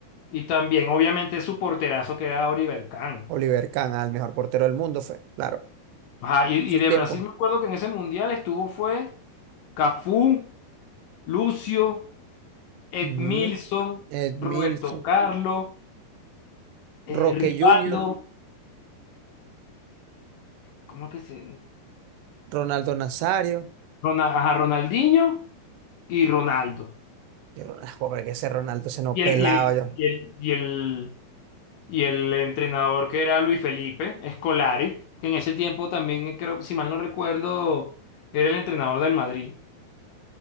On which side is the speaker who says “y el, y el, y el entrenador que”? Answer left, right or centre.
Left